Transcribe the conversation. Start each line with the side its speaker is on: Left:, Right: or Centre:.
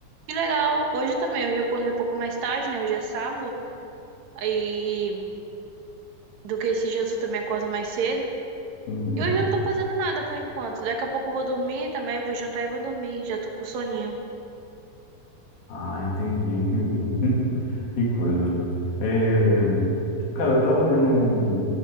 Right: Que legal. Hoje também, hoje eu acordei um pouco mais tarde, né? Hoje é sábado. Aí, do que esses dias eu também acordo mais cedo.
Left: Uhum.
Right: E hoje eu não tô fazendo nada por enquanto. Daqui a pouco eu vou dormir também, eu vou jantar e vou dormir. Já tô com soninho.
Left: Ah, entendi, entendi. <laughs> Que coisa. É, cara, eu tava lendo um-